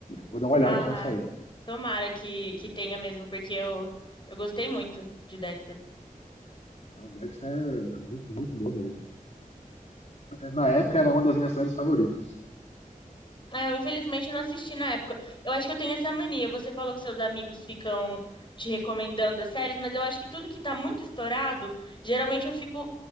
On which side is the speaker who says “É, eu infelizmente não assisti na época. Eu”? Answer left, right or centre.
Left